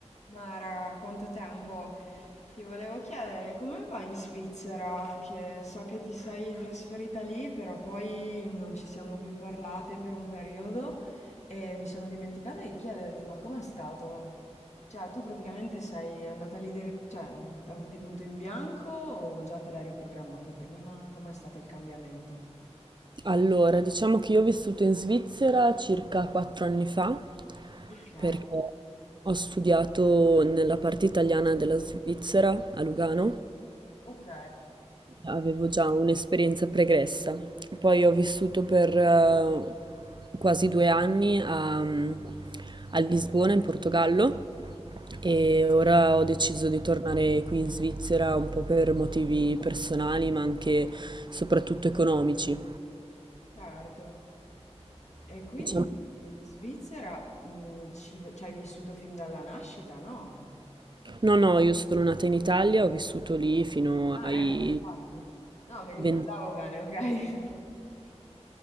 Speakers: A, on the left; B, on the right.
A: Mara, quanto tempo? Ti volevo chiedere come va in Svizzera, che so che ti sei trasferita lì, però poi non ci siamo più parlate per un periodo e mi sono dimenticata di chiederti, ma com'è stato? Cioè, tu praticamente sei andata lì dire- cioè, da- di punto in bianco o già te l'hai riprogrammato prima? Com'è stato il cambiamento?
B: Allora, diciamo che io ho vissuto in Svizzera circa quattro anni fa,
A: Ok,
B: perché ho studiato nella parte italiana della Svizzera a Lugano,
A: ok.
B: avevo già un'esperienza pregressa. Poi ho vissuto per eh, quasi due anni a, a Lisbona, in Portogallo, e ora ho deciso di tornare qui in Svizzera un po' per motivi personali, ma anche soprattutto economici.
A: Certo. E quindi
B: Diciamo.
A: in Svizzera, mh, ci, ci hai vissuto fin dalla nascita, no?
B: No, no, io sono nata in Italia, ho vissuto lì fino
A: Ah,
B: ai
A: ecco, infatti. No, mi ricordavo
B: 20.
A: bene, ok. <laughs>